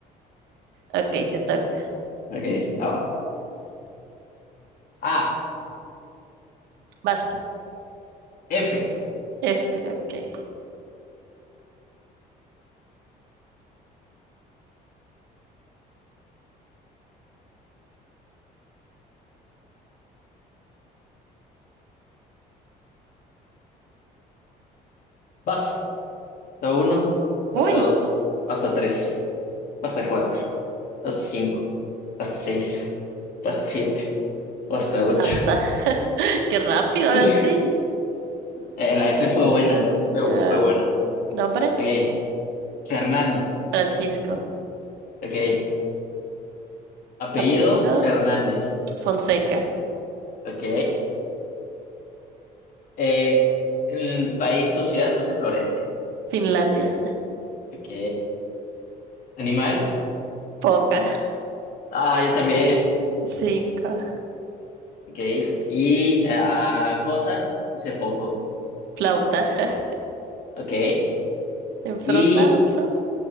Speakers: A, on the right; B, on the left.
A: ok, te toca.
B: Ok, ah, va. Ah,
A: Basta.
B: F.
A: F, ok.
B: Vas. Hasta uno,
A: Uy,
B: hasta dos, hasta tres, hasta cuatro, hasta cinco, hasta seis, hasta siete, o hasta ocho.
A: basta. <laughs> Qué rápido, ahora
B: Hij.
A: sí.
B: Eh, la F fue buena, la F fue,
A: Ah,
B: fue buena.
A: nombre,
B: Ok, Fernando.
A: Francisco.
B: Ok, apellido
A: Apellido,
B: Fernández.
A: Fonseca.
B: Ok. Eh, en el país, sociedad, puse Florencia.
A: Finlandia.
B: Ok. Animal.
A: Foca.
B: Ah, yo también.
A: Cinco.
B: Ok. Y eh, ah, cosa, puse foco.
A: Flauta. <laughs>
B: Ok.
A: En fruta,
B: Y
A: flor,